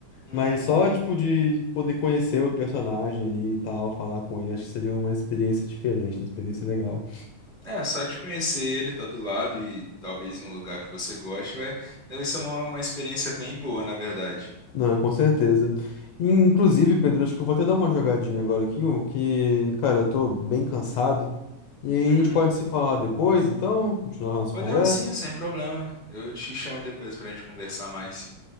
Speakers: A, on the right; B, on the left.
A: Uhum.
B: Mas só, tipo, de poder conhecer o personagem ali e tal, falar com ele, acho que seria uma experiência diferente, uma experiência legal.
A: É, só de conhecer ele, tá do lado e talvez em um lugar que você goste, vai, deve ser uma, uma experiência bem boa, na verdade.
B: Não, com certeza. Inclusive, Pedro, acho que eu vou até dar uma jogadinha agora aqui, o que, cara, eu tô bem cansado. E aí
A: Uhum.
B: a gente pode se falar depois, então, continuar a nossa
A: Podemos
B: conversa.
A: sim, sem problema. Eu te chamo depois pra gente conversar mais.